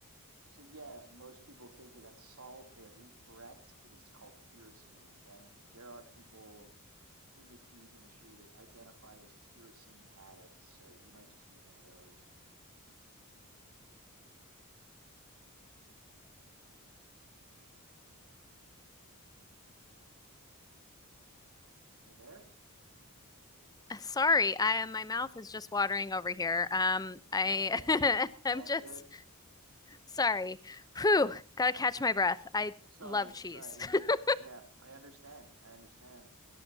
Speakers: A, on the right (about 75°); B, on the left (about 15°).
A: so yeah, most people think that that's salt. They are incorrect. It is called tyrosine, and there are people in the cheese industry that identify as tyrosine addicts. So you might just be one of those. You there?
B: Sorry, I my mouth is just watering over here. Um, I
A: Oh, okay. It's
B: <laughs> I'm
A: all
B: just
A: good.
B: Sorry. Whew, gotta catch my breath. I
A: Sorry,
B: love cheese.
A: sorry. I didn't mean.
B: <laughs>
A: Yeah, I understand. I understand.